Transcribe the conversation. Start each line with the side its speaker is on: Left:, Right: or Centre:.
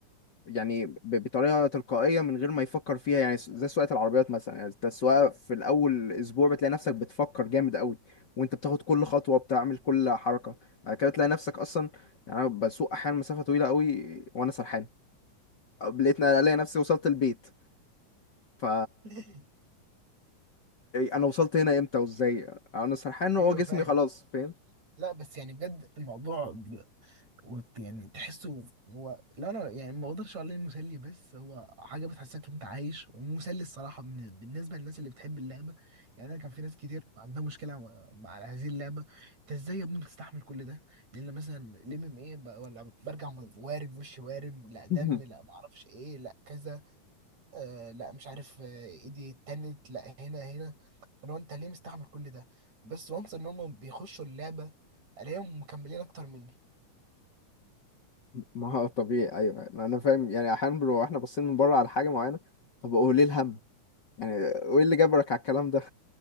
Left: يعني ب- بطريقه تلقائيه من غير ما يفكر فيها يعني س- زي سواقه العربيات مثلا يعني انت السواقه في الاول اسبوع بتلاقي نفسك بتفكر جامد قوي وانت بتاخد كل خطوه بتعمل كل حركه بعد كده تلاقي نفسك اصلا يعني انا بسوق احيانا مسافه طويله قوي وانا سرحان لقيت الاقي نفسي وصلت البيت ف
Right: <laughs>
Left: انا وصلت هنا امتى وازاي انا سرحان وهو
Right: ايوه
Left: جسمي
Right: فاهم
Left: خلاص فاهم
Right: لا بس يعني بجد الموضوع وت- يعني تحسه هو لا انا يعني ما اقدرش اقول عليه مسلي بس هو حاجه بتحسسك إن انت عايش ومسلي الصراحه بالن- بالنسبه للناس اللي بتحب اللعبه يعني انا كان في ناس كتير عندها مشكله مع مع هذه اللعبه انت ازاي يا ابني بتستحمل كل ده لان مثلا الام ام ايه ولا برجع م- وارم وش وارم لا دم
Left: <laughs>
Right: لا ما اعرفش ايه لا كذا آه لا مش عارف آه ايدي اتنت لا هنا هنا فلو انت ليه مستحمل كل ده بس وانس ان هم بيخشوا اللعبه الاقيهم مكملين اكتر مني
Left: ما هو طبيعي ايوه انا فاهم يعني احيانا بنبقى احنا باصين من بره على حاجه معينه طب هو ليه الهم يعني وايه اللي جبرك على الكلام ده